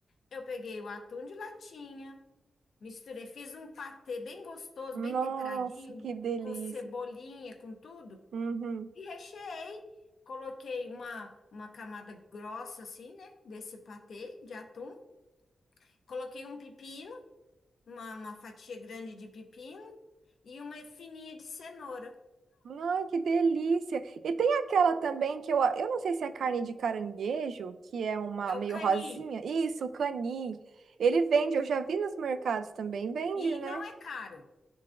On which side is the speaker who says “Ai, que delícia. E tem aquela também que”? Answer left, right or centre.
Right